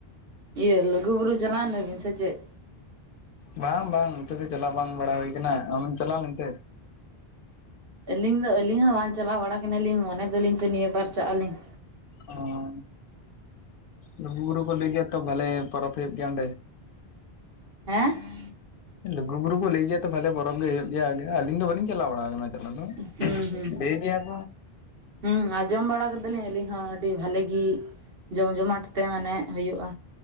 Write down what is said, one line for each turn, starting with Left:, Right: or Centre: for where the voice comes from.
Right: ᱤᱭᱟᱹ ᱞᱩᱜᱩᱵᱩᱨᱩ ᱪᱟᱞᱟᱣᱱᱟᱵᱤᱱ ᱥᱮ ᱪᱮᱫ
Left: ᱵᱟᱝ ᱵᱟᱝ ᱚᱱᱛᱮ ᱫᱚ ᱪᱟᱞᱟᱣ ᱵᱟᱝ ᱵᱟᱲᱟ ᱦᱩᱭ ᱠᱟᱱᱟ ᱟᱢᱮᱢ ᱪᱟᱞᱟᱣ ᱞᱮᱱᱛᱮ
Right: ᱟᱹᱞᱤᱧ ᱫᱚ ᱟᱹᱞᱤᱧ ᱦᱚᱸ ᱵᱟᱝ ᱪᱟᱞᱟᱣ ᱵᱟᱲᱟ ᱠᱟᱱᱟᱹᱞᱤᱧ ᱢᱚᱱ ᱮᱫᱟᱞᱤᱧ ᱛᱚ ᱱᱤᱭᱟᱹ ᱵᱟᱨ ᱪᱟᱜ ᱟᱹᱞᱤᱧ
Left: ᱚ ᱞᱩᱜᱩᱵᱩᱨᱩ ᱠᱚ ᱞᱟᱹᱭ ᱜᱮᱭᱟ ᱛᱚ ᱵᱷᱟᱞᱮ ᱯᱚᱨᱚᱵᱽ ᱦᱩᱭᱩᱜ ᱜᱮᱭᱟ ᱚᱸᱰᱮ
Right: ᱦᱮᱸ
Left: ᱞᱩᱜᱩᱵᱩᱨᱩ ᱠᱚ ᱞᱟᱹᱭ ᱜᱮᱭᱟ ᱛᱚ ᱵᱷᱟᱞᱮ ᱵᱚᱨᱚᱵᱷ ᱜᱮ ᱦᱩᱭᱩᱜ ᱜᱮᱭᱟ ᱟᱹᱞᱤᱧ ᱫᱚ ᱵᱟᱹᱞᱤᱧ ᱪᱟᱞᱟᱣ ᱵᱟᱲᱟ ᱟᱠᱟᱱᱟ
Right: ᱦᱩᱸ ᱦᱩᱸ
Left: ᱰᱟᱹᱭᱱᱤᱭᱟᱜ
Right: ᱦᱩᱸ ᱟᱸᱡᱚᱢ ᱵᱟᱲᱟ ᱠᱟᱫᱟᱞᱤᱧ ᱟᱹᱞᱤᱧ ᱦᱚᱸ ᱟᱹᱰᱤ ᱵᱷᱟᱞᱤ ᱜᱮ ᱡᱚᱢᱡᱚᱢᱟᱴ ᱛᱮ ᱢᱟᱱᱮ ᱦᱩᱭᱩᱜᱼᱟ